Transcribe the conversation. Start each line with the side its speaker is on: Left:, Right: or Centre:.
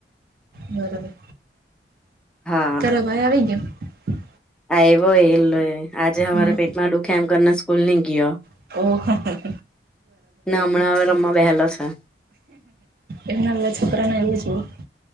Right: બરોબર.
Centre: હા
Right: તારો ભાઈ આવી ગયો.
Centre: આયવો એલો એ આજે હવારે
Right: હમ
Centre: પેટમાં દુખે એમ કરીને સ્કૂલ ની ગીયો.
Right: ઓહ! હહ હહ
Centre: ને હમણાં હવે રમવા બેહેલો છે.
Right: એ નાલ્લા છોકરાને એવું જ હોય.